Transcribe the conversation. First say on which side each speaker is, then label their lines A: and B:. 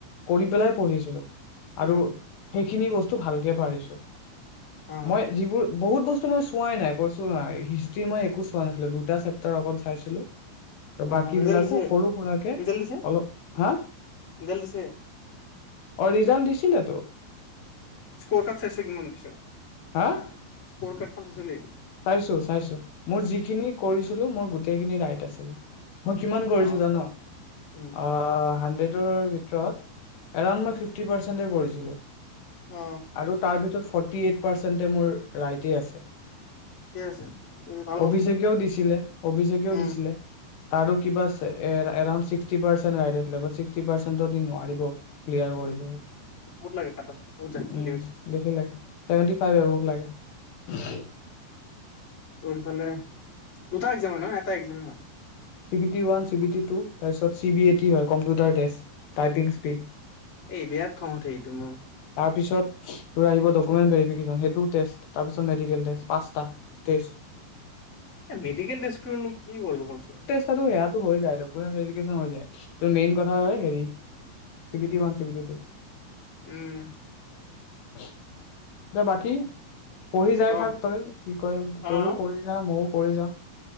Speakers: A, on the left; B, on the left.
A: কৰি পেলাই পঢ়িছিলো। আৰু
B: উম
A: সেইখিনি বস্তু ভালকে- পাৰিছো
B: অ
A: মই যিবোৰ- বহুত বস্তু মই চোৱাই নাই, কৈছো ন' হিষ্ট্ৰি মই একো চোৱা নাছিলো, দুটা চেপ্তাৰ আগত চাইছিলো। আৰু
B: অ
A: বাকী
B: ৰিজাল্ট
A: বিলাকো
B: দিছে
A: সৰু -সুৰাকৰাকে
B: ৰিজাল্ট দিছে
A: অলপ, হা অ
B: ৰিজাল্ট দিছে
A: ৰিজাল্ট দিছো- দিলেতো-
B: স্কৰ কাৰ্ড চাইছে কিমান পাইছ?
A: হা
B: স্কৰ কাৰ্ডখন চাইছিলি?
A: চাইছো চাইছো, মোৰ যিখিনি কৰিছিলো মোৰ গোটেইখিনি ৰাইট আছিল। মই কিমান কৰিছো
B: অ
A: জান?
B: উম
A: অ 'হান্ডেডৰ ভিতৰ -ৰত এৰউন্ড ফিফটি পাৰ্চেন্টে কৰিছিলো।
B: অ
A: আৰু তাৰ ভিতৰত- ফৰ্টি এইট পাৰ্চেণ্টে মোৰ ৰাইটে আছে।
B: ঠিকে আছে ভাল কথা
A: অভিষেকেও দিছিলে, অভিষেকেও
B: উম
A: দিছিলে, তাৰো কিবা এ এ এৰাউনড সিক্সটি পাৰ্চেণ্ট ৰাইট আছিলে, বাট সিকাটি পাৰ্চেণ্টত হি নোৱাৰিব ক্লিয়াৰ কৰিব।
B: বহুত লাগে কাটত বহুত
A: উম
B: যায়
A: বেছি লাগে চেভেনটি ফাইভ এবাভ লাগে। উম
B: তোৰফালে দুটা এক্সামে নহয় এটা এক্সামে হয়।
A: C T one C T two তাৰপিছত চি বি এ টি হয় কম্পিউটাৰ টেষ্ট টাইপিং স্পীড।
B: এই বিৰাট খং উঠে এইটো মোৰ।
A: পিছত তোৰ আহিব ডকুমেণ্ট ভেৰিফিকেচন সেইটো টেষ্ট তাৰপিছত মেডিকেল টেষ্ট পাঁচটা টেষ্ট।
B: মেডিকেল টেষ্টটো নো কি হব কৰচোন।
A: এইয়াটো হৈ যায় ডকুমেণ্ট ভেৰিফিকেচন হৈ যায় মেইন কথা হয় হেৰি C B T one, C B T two.
B: উম।
A: <inaudible> এতিয়া বাকী পঢ়ি যাই
B: অ
A: থাক তই কি কয় তয়ও
B: অ
A: কৰি যা মইও কৰি যা।